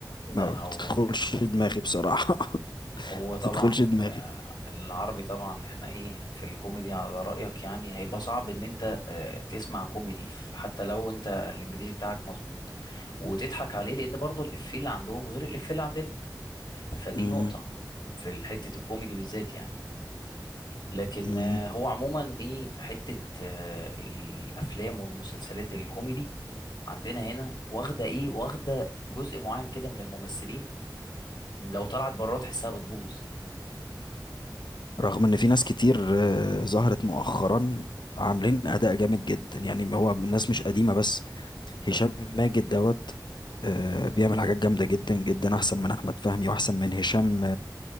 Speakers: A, on the left (about 60°); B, on the left (about 75°).
A: لا
B: ما بتدخلش
A: هو
B: دماغي بصراحة <laughs>
A: هو
B: ما
A: طبعا
B: بتدخلش دماغي
A: ال- العربي طبعا احنا ايه في الكوميدي على رأيك يعني هيبقى صعب ان انت آه، تسمع كوميدي ف- حتى لو انت الانجليزي بتاعك مظبوط وتضحك عليه لان برضو الافيه اللي عندهم غير الافيه اللي عندنا فدي
B: مم.
A: نقطة في حتة الكوميدي بالذات يعني لكن
B: مم.
A: آه، هو عموما ايه حتة آه، الافلام والمسلسلات الكوميدي عندنا هنا واخدة ايه واخدة جزء معين كده من الممثلين لو طلعت بره تحسها بتبوظ
B: رغم ان في ناس كتير آه، ظهرت مؤخرا عاملين اداء جامد جدا يعني هو الناس مش قديمة بس هشام ماجد دوت آه، بيعمل حاجات جامدة جدا جدا احسن من احمد فهمي واحسن من هشام